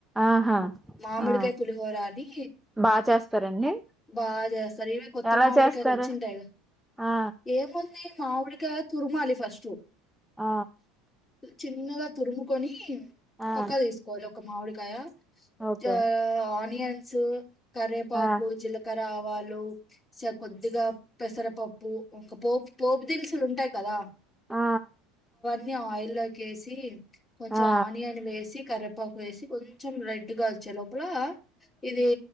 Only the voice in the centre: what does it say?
ఆహా
ఆ
బాగా చేస్తారండి
ఎలా
చేస్తారు
ఆ
ఆ
ఆ
ఓకే
ఆ
ఆ
ఆ